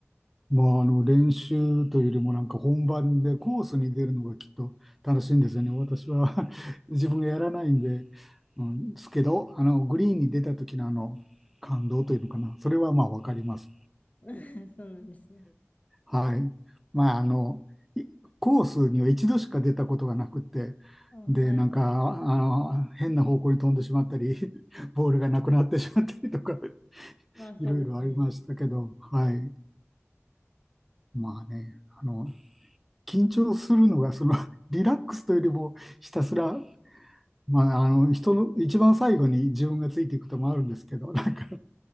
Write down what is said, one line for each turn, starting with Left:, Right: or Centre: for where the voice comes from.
Centre: まあ、あの、練習というよりもなんか本番でコースに出るのがきっと楽しいんですよね。私は <laughs> 自分がやらないんで、うん、ですけど、あの、グリーンに出た時のあの、感動というのかな。それはまあわかります。
Left: <laughs> そうなんですね。
Centre: はい。まあ、あの、いコースには一度しか出たことがなくて、
Left: あ、はい。
Centre: で、なんか、あの、変な方向に飛んでしまったり、<laughs> ボールがなくなってしまったりとか、<laughs>
Left: まあそうですね。
Centre: いろいろありましたけど、はい。まあね、あの、緊張するのが、その、<laughs> リラックスというよりも、ひたすら、まあ、あの、人の、一番最後に自分がついていくこともあるんですけど、なんか、